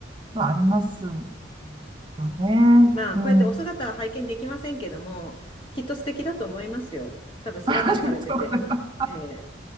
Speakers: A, on the right; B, on the left.
A: まあ、ありますよ
B: うん
A: ね。
B: まあ、
A: うん。
B: こうやってお姿は拝見できませんけども、
A: うん
B: きっと素敵だと思いますよ。多分、
A: <laughs>
B: スラッとされてて、
A: ありがとうございます。
B: ええ